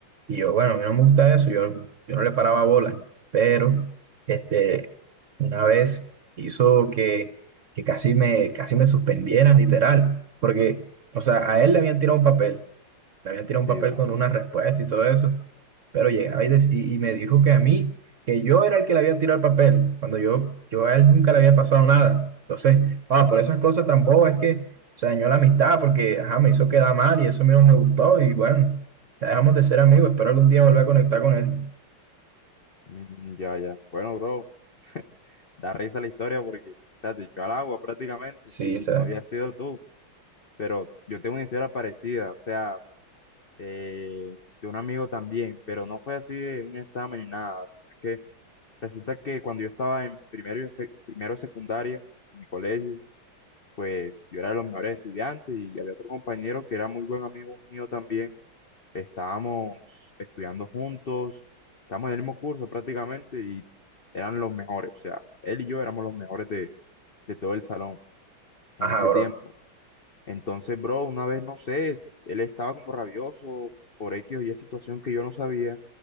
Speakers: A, on the right (about 55°); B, on the left (about 65°).
A: Y yo, bueno, a mí no me gusta eso, yo, yo no le paraba bola. Pero, este, una vez hizo que, que casi me, casi me suspendieran, literal. Porque, o sea, a él le habían tirado un papel, le habían tirado un
B: sí,
A: papel
B: bro.
A: con una respuesta y todo eso. Pero llegaba y, dec- y- y me dijo que a mí, que yo era el que le había tirado el papel, cuando yo, yo a él nunca le había pasado nada. Entonces, ah, por esas cosas tampoco es que se dañó la amistad, porque ajá, me hizo quedar mal y eso mismo me gustó. Y bueno, ya dejamos de ser amigos, espero algún día volver a conectar con él.
B: Mm, ya, ya. Bueno, bro, da risa la historia porque, o sea, te echó al agua prácticamente.
A: Sí, o sea,
B: No había sido tú, pero yo tengo una historia parecida, o sea, eh, de un amigo también, pero no fue así de un examen ni nada, sino que Resulta que cuando yo estaba en primero, y sec- primero de secundaria, en mi colegio, pues yo era de los mejores estudiantes y había otro compañero que era muy buen amigo mío también. Estábamos estudiando juntos, estábamos en el mismo curso prácticamente y eran los mejores. O sea, él y yo éramos los mejores de, de todo el salón en
A: ajá,
B: ese
A: bro.
B: tiempo. Entonces, bro, una vez, no sé, él estaba como rabioso por X o Y situación que yo no sabía